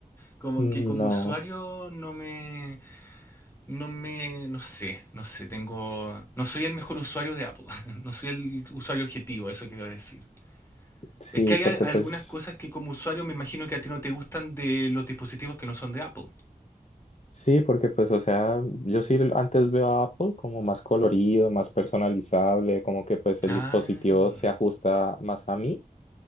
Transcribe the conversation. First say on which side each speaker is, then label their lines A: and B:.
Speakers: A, on the left; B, on the left.
A: Como
B: No,
A: que como usuario no me, no me, no sé, no sé, tengo, no soy el mejor usuario de Apple, <laughs> no soy el usuario objetivo, eso quiero decir.
B: sí,
A: Es que hay
B: porque
A: al- algunas
B: pues,
A: cosas que como usuario me imagino que a ti no te gustan de los dispositivos que no son de Apple.
B: sí, porque pues, o sea, yo sí antes veo a Apple como más colorido, más personalizable, como que pues el
A: Ah,
B: dispositivo se ajusta más a mí,